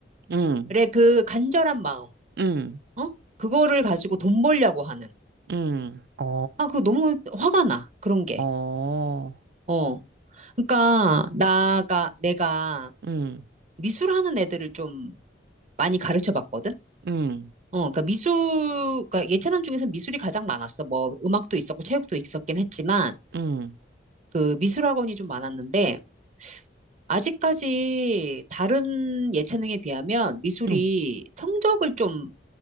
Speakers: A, on the right (about 60°); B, on the right (about 40°).
A: 응,
B: 그 간절한 마음,
A: 응,
B: 어? 그거를 가지고 돈 벌려고 하는.
A: 응. 어,
B: 아, 그거 너무 화가 나, 그런 게.
A: 어,
B: 어. 그러니까 나가 내가
A: 응,
B: 미술하는 애들을 좀 많이 가르쳐 봤거든.
A: 응,
B: 어, 그러니까 미술, 그러니까 예체능 중에서 미술이 가장 많았어. 뭐 음악도 있었고 체육도 있었긴 했지만
A: 응,
B: 그 미술 학원이 좀 많았는데 아직까지 다른 예체능에 비하면 미술이
A: 응.
B: 성적을 좀